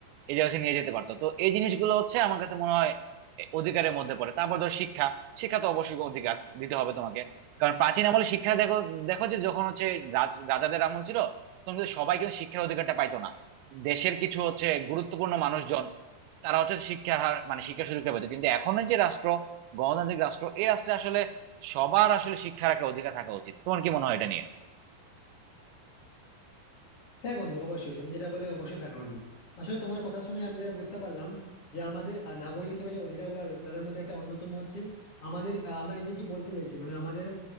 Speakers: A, on the right (about 85°); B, on the left (about 35°).
A: এই যে হচ্ছে নিয়ে যেতে পারতো তো এই জিনিসগুলো হচ্ছে আমার কাছে মনে হয় এ, অধিকারের মধ্যে পড়ে তারপর ধর শিক্ষা শিক্ষা তো অবশ্যই অধিকার দিতে হবে তোমাকে কারণ প্রাচীন আমলে শিক্ষা দেখো দেখো যে যখন হচ্ছে রাজ রাজাদের আমল ছিল তখন কিন্তু সবাই কিন্তু শিক্ষার অধিকারটা পাইতো না দেশের কিছু হচ্ছে গুরুত্বপূর্ণ মানুষজন তারা হচ্ছে শিক্ষার হার মানে শিক্ষার সুযোগটা পেতো কিন্তু এখন যে রাষ্ট্র গণতান্ত্রিক রাষ্ট্র এই রাষ্ট্রে আসলে সবার আসলে শিক্ষার একটা অধিকার থাকা উচিত তোমার কি মনে হয় এটা নিয়ে
B: হ্যাঁ বন্ধু অবশ্যই তুমি যেটা বলে অবশ্যই থাকা উচিত আসলে তোমার কথা শুনে আমি যেটা বুঝতে পারলাম যে আমাদের আহ, নাগরিক হিসেবে যে অধিকারগুলো রয়েছে তাদের মধ্যে একটা অন্যতম হচ্ছে আমাদের আহ, আমরা নিজে কি বলতে চাইছি মানে আমাদের